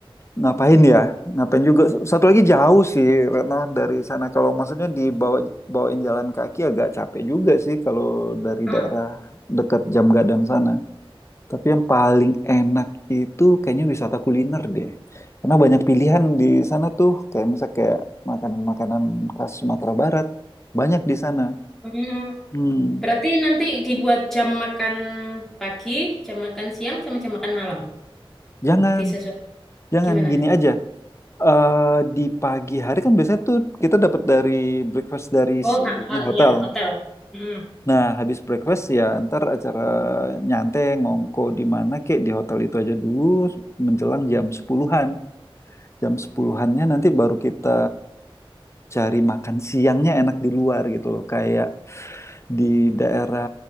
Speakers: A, on the left; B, in the centre.
A: Ngapain ya? Ngapain juga? Satu lagi jauh sih, Retno, dari sana. Kalau maksudnya dibawa bawain jalan kaki agak capek juga sih kalau dari
B: Ah.
A: daerah dekat Jam Gadang sana. Tapi yang paling enak itu kayaknya wisata kuliner deh. Karena banyak pilihan di sana tuh, kayak misal kayak makanan-makanan khas Sumatera Barat. Banyak di sana.
B: Hmm,
A: Hmm,
B: berarti nanti dibuat jam makan pagi, jam makan siang, sama jam makan malam.
A: jangan,
B: Disesuai.
A: jangan
B: Gimana?
A: gini aja. Eh, di pagi hari kan biasanya tuh kita dapat dari breakfast dari
B: Oh,
A: si
B: kak,
A: ini
B: eh,
A: hotel.
B: ya, hotel. Hmm.
A: Nah, habis breakfast ya ntar acara nyantai ngongko di mana kek di hotel itu aja dulu menjelang jam sepuluhan Jam 10-annya nanti baru kita cari makan siangnya enak di luar gitu loh. Kayak di daerah